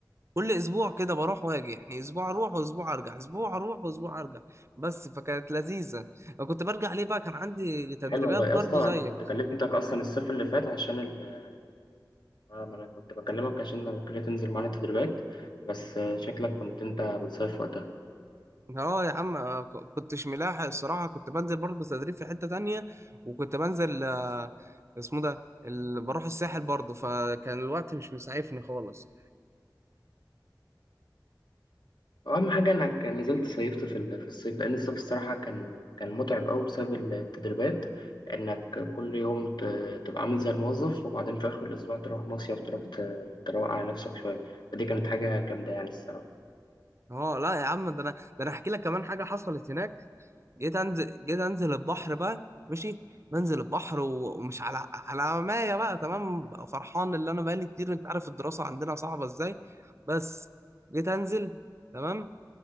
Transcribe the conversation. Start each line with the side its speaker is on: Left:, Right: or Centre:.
Right: كل اسبوع كده بروح واجي يعني اسبوع اروح واسبوع ارجع اسبوع اروح واسبوع ارجع بس فكانت لذيذه وكنت برجع ليه بقى كان عندي تدريبات
Left: حلو والله
Right: برضو
Left: يا اسطى
Right: زيك
Left: أنا كنت كلمتك أصلا الصيف اللي فات عشان ال... آه، ما أنا كنت بكلمك عشان لو كده تنزل معانا تدريبات بس آه، شكلك كنت أنت بتصيف وقتها
Right: اه يا عم آه، ك- كنتش ملاحق الصراحة كنت بنزل برضه تدريب في حتة تانية وكنت بنزل آه، اسمه ده ال... بروح الساحل برضه فكان الوقت مش مسعفني خالص
Left: اهم حاجه انك نزلت صيفت في ال- في الصيف لان الصيف الصراحه كان كان متعب قوي بسبب التدريبات انك كل يوم ت- تبقى عامل زي الموظف وبعدين في اخر الاسبوع تروح مصيف تروح ت- تروق على نفسك شويه فدي كانت حاجه جامده يعني الصراحه
Right: اه لا يا عم ده انا ده انا احكي لك كمان حاجة حصلت هناك جيت انزل جيت انزل البحر بقى ماشي بنزل البحر و- ومش على على مايه بقى تمام بقى فرحان اللي انا بقالي كتير انت عارف الدراسة عندنا صعبة ازاي بس جيت انزل تمام